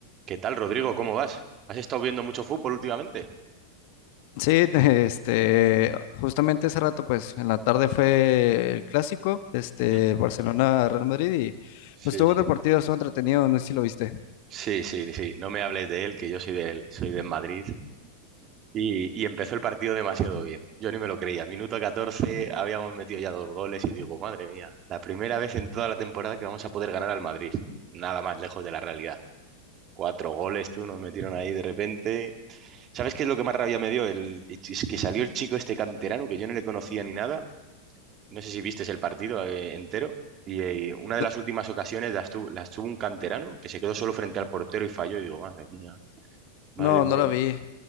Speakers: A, on the right; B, on the left.
A: ¿Qué tal, Rodrigo? ¿Cómo vas? ¿Has estado viendo mucho fútbol últimamente?
B: Sí, <laughs> este, justamente hace rato, pues, en la tarde fue el clásico, este,
A: Mm,
B: Barcelona-Real Madrid y,
A: Sí,
B: pues, tuvo
A: sí.
B: un partido, estuvo entretenido, no sé si lo viste.
A: Sí, sí, sí. No me hables de él, que yo soy de él, soy de Madrid. Y, y empezó el partido demasiado bien. Yo ni me lo creía. Minuto 14, habíamos metido ya dos goles y digo, madre mía, la primera vez en toda la temporada que vamos a poder ganar al Madrid. Nada más lejos de la realidad. Cuatro goles, tú, nos metieron ahí de repente. ¿Sabes qué es lo que más rabia me dio? El, es que salió el chico este canterano, que yo no le conocía ni nada. No sé si viste el partido eh, entero. Y eh, una de
B: No,
A: las últimas ocasiones las tuvo, las tuvo un canterano que se quedó solo frente al portero y falló. Y digo, madre mía, madre
B: no,
A: mía.
B: no lo
A: que-
B: vi.